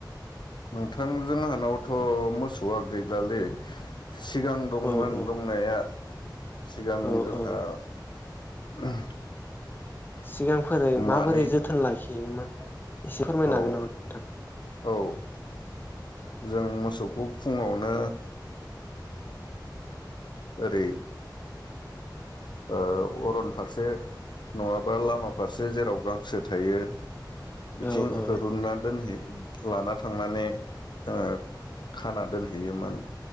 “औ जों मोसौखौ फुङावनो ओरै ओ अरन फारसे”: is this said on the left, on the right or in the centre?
Left